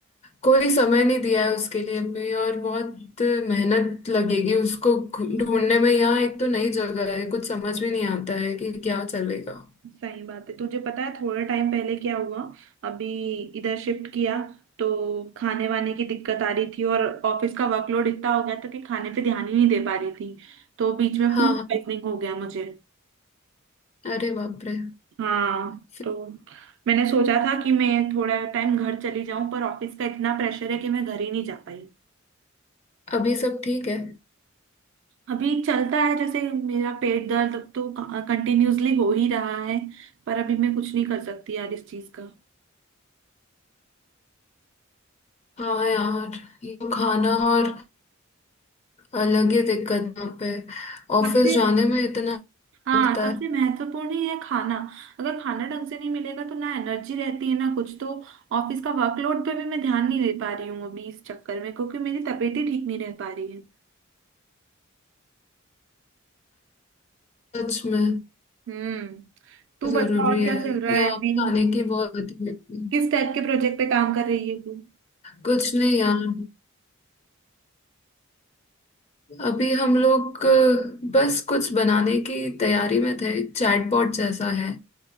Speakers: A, on the left; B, on the right.
A: कोई समय नहीं दिया है उसके लिए भी और बहुत मेहनत लगेगी उसको घु- ढूंढने में यहाँ एक तो नई जगह है कुछ समझ भी नहीं आता है कि क्या चलेगा
B: सही बात है तुझे पता है थोड़ा टाइम पहले क्या हुआ अभी इधर शिफ्ट किया तो खाने वाने की दिक्कत आ रही थी और ऑफिस का वर्कलोड इतना हो गया था कि खाने पे ध्यान ही नहीं दे पा रही थी तो बीच में
A: हाँ
B: फूड
A: हाँ
B: पॉइजनिंग हो गया मुझे
A: अरे बाप रे
B: हाँ
A: फिर
B: तो मैंने सोचा था कि मैं थोड़ा टाइम घर चली जाऊं पर ऑफिस का इतना प्रेशर है कि मैं घर ही नहीं जा पाई
A: अभी सब ठीक है
B: अभी चलता है जैसे मेरा पेट दर्द तो कंटिन्यूअसली हो ही रहा है पर अभी मैं कुछ नहीं कर सकती यार इस चीज का
A: हाँ यार ये तो खाना और अलग ही दिक्कत यहाँ पे ऑफिस
B: सबसे
A: जाने में इतना
B: हाँ
A: लगता
B: सबसे
A: है
B: महत्वपूर्ण ही है खाना अगर खाना ढंग से नहीं मिलेगा तो ना एनर्जी रहती है ना कुछ तो ऑफिस का वर्कलोड पे भी मैं ध्यान नहीं दे पा रही हूँ अभी इस चक्कर में क्योंकि मेरी तबीयत ही ठीक नहीं रह पा रही है
A: सच में
B: हम्म तू
A: जरूरी
B: बता और
A: है
B: क्या चल रहा
A: यहाँ
B: है अभी
A: खाने की बहुत आदत लगती है
B: किस टाइप के प्रोजेक्ट पे काम कर रही है तू
A: कुछ नहीं यार अभी हम लोग अ, बस कुछ बनाने की तैयारी में थे चैटबॉट जैसा है